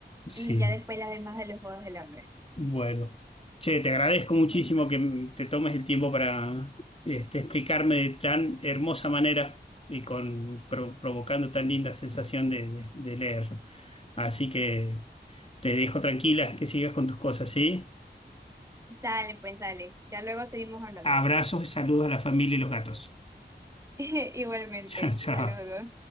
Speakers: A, on the left; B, on the right.
A: sí.
B: y ya después las demás de los Juegos del Hambre.
A: Bueno, che, te agradezco muchísimo
B: Bueno,
A: que m- te tomes el tiempo para este, explicarme de tan hermosa manera y con pro- provocando tan linda sensación de, de- de leer. Así que te dejo tranquila, que sigas con tus cosas, ¿sí?
B: dale, pues dale, ya luego seguimos hablando.
A: Abrazos y saludos a la familia y los gatos.
B: <laughs> Igualmente,
A: <laughs> Chao, chao.
B: saludos.